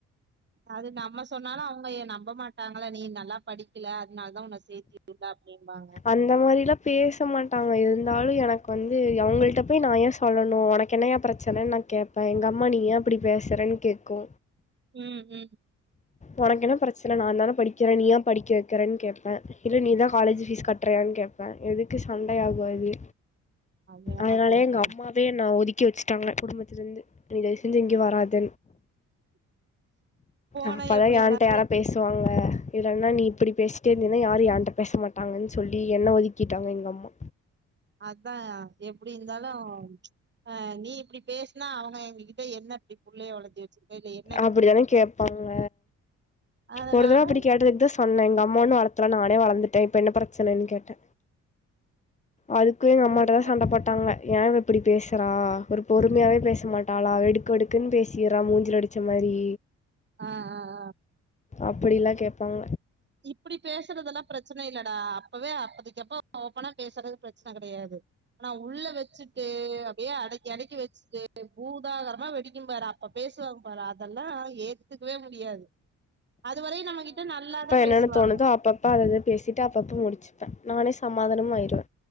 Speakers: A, on the right; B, on the left.
A: அது நம்ம சொன்னாலு அவுங்க எ நம்ப மாட்டாங்கள நீ நல்லாப் படிக் க்கல அதனால தா உன்ன சேத்திட்டுல அப்டிம்பாங்க
B: அந்த மாரிலா பேச மாட்டாங்க இருந்தாலு எனக்கு வந்து அவுங்கள்ட்ட போயி நா ஏ சொல்லணு உனக்கு என்னயா பிரச் சனன்னு நா கேட்ப எங்க அம்மா நீ ஏ இப்டி பேசறன்னு கேட்கு
A: ம் ம்
B: உனக்கு என்ன பிரச்சன நாந்தான படிக்கிறே நீயா படிக்க வைக்கிறன்னு கேப்பே இல்ல நீதா காலேஜ் ஃபீஸ் கட்றயான்னு கேப்பே எதுக்கு சண்டயாகு அது
A: அது வேணா
B: அதனாலே
A: கரெக்ட்
B: எங்க அம்மாவே என்ன ஒதுக்கி வச்சுட்டாங்க குடும்பத்திலிந்து நீ தயவுசெஞ்சு இங்க வராத
A: போன
B: அப்பதா
A: எப்டி இருந்தா
B: என்ட்ட யாரா பேஸ் சுவாங்க இல்லன்னா நீ இப்பிடி பேசிட்டே இருந்தீனா யாரு என்ட்ட பேச மாட்டாங்க சொ சொல்லி என்ன ஒதுக்கிட்டாங்க எங்கம்மா
A: அதா எப்டி இருந்தாலு அ நீ இப்டி பேசுனா அவங்க எங்க கிட்ட என்ன இப்டி புள்ளைய வளத்தி வச்சிருக்க இல்ல என்
B: அப்டித்தான கேப்பாங்க
A: அதனால
B: ஒருதடவ அப்டி கேட்டதுக்குதா சொன்ன எங்கம்மா ஒன்னு வளத்தல நானே வளந்துட்ட இப்ப என்ன பிரச்சனன்னு கேட்ட அதுக்கு எங்கம்மாட்டதா
A: சரி பாப்போம்.
B: சண்ட போட்டாங்க ஏங்கிட் இப்டி பேசுறா ஒரு பொறுமயாவே பேச மாட்டாளா வெடுக்வெடுக்குன்னு பேசிறா மூஞ்சிலடிச் ச்சமாரி
A: ஆ ஆ ஆ
B: அப்டில்லா கேப்பாங்க
A: இப்டி பேசறதெல்லா பிரச்சன இல்லடா அப்பவே அப்பதிக்கப்ப ஓப்பனா பேசறது பிரச்சன கெடயாது ஆனா உள்ள வச்சுட்டு அப்டியே அடக்கி அடக்கி வச்ட்டு பூதாகரமா வெடிக்கும் பாரு அப்ப பேசுவாங்க பாரு அதெல்லா ஏத் துக்கவே முடியாது அதுவரையு நம்ம கிட்ட நல்லாதா
B: என்னன்னு
A: பேசுவாங்க
B: தோணுதோ அப்பப்ப அதத பேசிட்டு அப்பப்ப முடிச்சுப்ப நானே சமாதானமு ஆயிடுவ